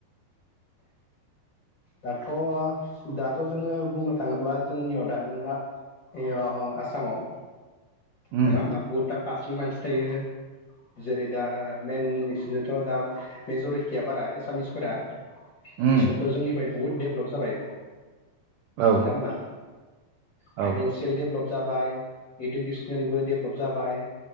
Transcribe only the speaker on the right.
उम
उम
औ
औ